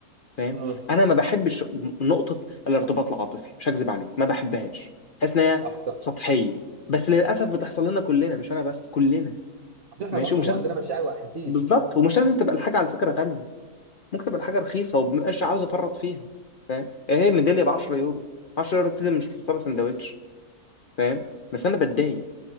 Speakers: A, on the left; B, on the right.
A: فاهم
B: امم
A: انا ما بحبش نقطه الارتباط العاطفي مش هكذب عليك ما بحبهاش حاسس ان هي
B: صح صح
A: سطحيه بس للاسف بتحصل لنا كلنا مش انا بس كلنا
B: احنا
A: ماشي
B: بشر
A: ومش
B: وعندنا
A: لازم
B: مشاعر واحاسيس
A: بالظبط ومش لازم تبقى الحاجه على فكره غاليه ممكن تبقى الحاجه رخيصه ومبقاش عاوز افرط فيها فاهم آه، هي ميداليه ب 10 يورو 10 يورو دي مش محسبه سندوتش فاهم بس انا بتضايق